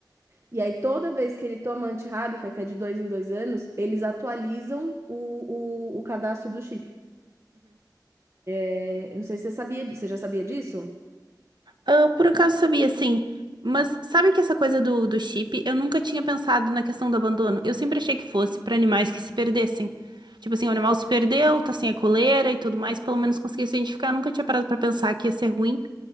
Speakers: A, on the right; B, on the right.
A: E aí, toda vez que ele toma antirrábica, que é de dois em dois anos, eles atualizam o, o, o cadastro do chip. É, não sei se você sabia, di- você já sabia disso?
B: Eu por acaso sabia, sim. Mas sabe que essa coisa do, do chip, eu nunca tinha pensado na questão do abandono. Eu sempre achei que fosse pra animais que se perdessem. Tipo assim, o animal se perdeu, tá sem a coleira e tudo mais, pelo menos conseguia se identificar. Eu nunca tinha parado pra pensar que ia ser ruim